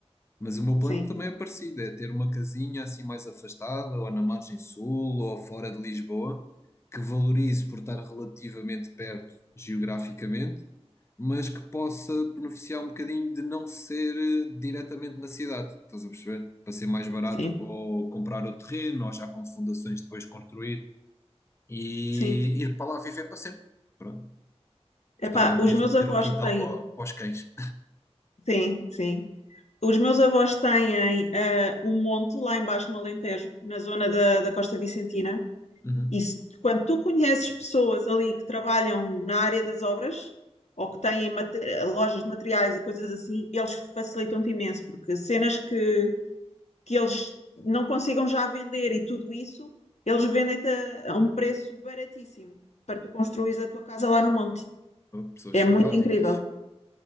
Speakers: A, on the left (about 25°); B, on the left (about 85°).
A: Mas o meu
B: sim,
A: plano também é parecido, é ter uma casinha assim mais afastada, ou na margem sul, ou fora de Lisboa, que valorize por estar relativamente perto geograficamente, mas que possa beneficiar um bocadinho de não ser eh, diretamente na cidade, estás a perceber? Para ser mais barato
B: sim,
A: ou comprar o terreno, ou já com fundações depois construir, e
B: sim.
A: ir para lá viver para sempre. Pronto. Gostava
B: Epá,
A: mesmo
B: os meus
A: de ter
B: avós
A: um quintal
B: têm,
A: para, para os cães.
B: sim, sim. Os meus avós têm ah, um monte lá embaixo no Alentejo, na zona da, da Costa Vicentina.
A: Uhum.
B: E se- quando tu conheces pessoas ali que trabalham na área das obras ou que têm mate- lojas de materiais e coisas assim, eles facilitam-te imenso, porque cenas que, que eles não consigam já vender e tudo isso, eles vendem-te a, a um preço baratíssimo para tu construís a tua casa lá no monte.
A: Pessoas
B: É
A: simpáticas.
B: muito incrível.